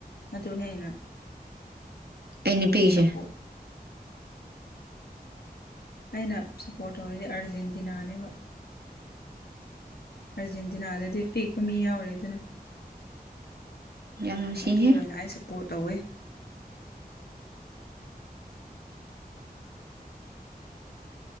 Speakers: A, on the left (about 85°); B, on the right (about 80°).
A: ꯑꯗꯨꯅꯦ ꯑꯩꯅ
B: ꯑꯩꯅꯤ ꯄꯤꯁꯦ
A: ꯁꯞꯄꯣꯔꯠ ꯑꯩꯅ ꯁꯞꯄꯣꯔꯠ ꯇꯧꯔꯤꯁꯦ ꯑꯥꯔꯖꯦꯟꯇꯤꯅꯥꯅꯦꯕ ꯑꯥꯔꯖꯦꯟꯇꯤꯅꯥꯗꯗꯤ ꯄꯤꯛꯄ ꯃꯤ ꯌꯥꯎꯔꯤꯗꯅ
B: ꯌꯥꯝ ꯅꯨꯡꯁꯤꯍꯦ
A: ꯑꯗꯨ ꯑꯣꯏꯅ ꯑꯩ ꯁꯞꯄꯣꯔꯠ ꯇꯧꯋꯤ